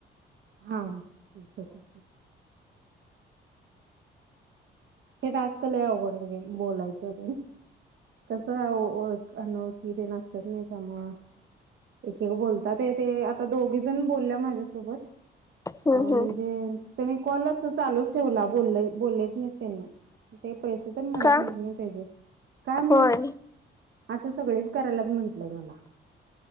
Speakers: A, on the right; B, on the left.
A: हा असं. ते टास्क लय अवघड हे बोलायचं. कसं ओळख, अनोळखी तेन असतात नाही त्यामुळं. एक-एक बोलतात ते आता दोघीजण बोलल्या माझ्यासोबत.
B: हम्म
A: अ म्हणजे
B: हम्म
A: त्यानी कॉल अस चालूच ठेवला बोल- बोललेच नाहीत त्यांनी. ते पैसे तर मिळत
B: का
A: नाहीत ना त्याचे, काम
B: होय.
A: असं सगळेच करायल्यात म्हटलं मला.